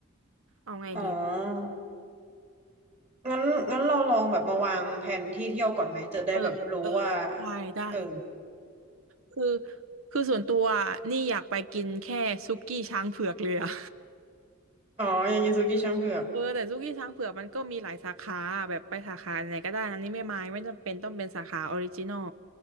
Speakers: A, on the right; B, on the right.
A: เอาไงดีอะ
B: อ๋องั้นงั้นเราลองแบบมาวางแผนที่เที่ยวก่อนไหมจะได้แบบรู้ว่า
A: เออเออได้ได้
B: เออ
A: คือคือส่วนตัวอะนี่อยากไปกินแค่ซุกี้ช้างเผือกเลยอะ
B: อ๋อยากินซูกิช้างเผือก
A: เออแต่ซุกี้ช้างเผือกมันก็มีหลายสาขาแบบไปสาขาไหนก็ได้อันนี้ไม่มายไม่จำเป็นต้องเป็นสาขาออริจินอล